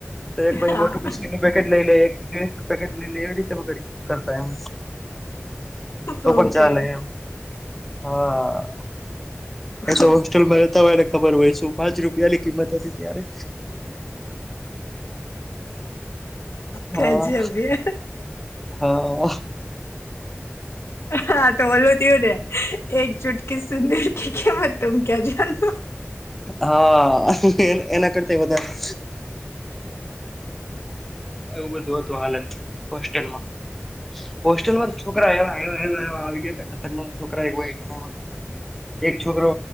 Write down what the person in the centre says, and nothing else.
તો એક પછી
મોટું બિસ્કીટનું પેકેટ લઈ લે એક એક પેકેટ લઈ લે એ રીતે પકેટ કરતા એમ
તો પણ ચાલ
એ એમ હા એ
તો હોસ્ટેલમાં રહેતા હોય ને ખબર હોય શું પાંચ રૂપિયાની કિંમત હતી ત્યારે
હા
હા
હા એના કરતા વધારે એવું બધું હતું હાલત હોસ્ટેલમાં હોસ્ટેલમાં છોકરા એવા આવી ગયો ખતરનાક છોકરા ઘણાધા એક છોકરો